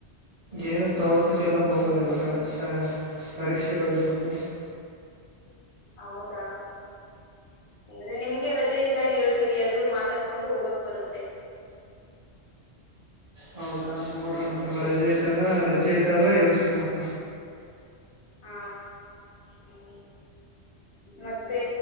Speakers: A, on the right; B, on the left.
A: ಏನು ಪ್ರವಾಸಕ್ಕೆಲ್ಲ ಹೋಗಲ್ಲೇ ಬೆ. ಪ್ರ ಸ ಪರೀಕ್ಷೆಗಳುಿದ್ದಾವೆ.
B: ಹೌದಾ. ಅಂದ್ರೆ ನಿಮ್ಗೆ ರಜೆ ಇದ್ದಾಗ ಎಡು. ೀ ಎಲ್ರೂ ಮಾತಾಡ್ಕೊಂಡು ಹೋಗಕ್ ಬರುತ್ತೆ.
A: ಹೌದಾ ನೋಡೋಣತ್ತವ ರಜೆ ಇದ್ದಾಗ ರಜೆ ಇದ್ದಾಗ ಯೋಚನೆ ಮಾಡ.
B: ಹಾ ಹ ಮತ್ತೆ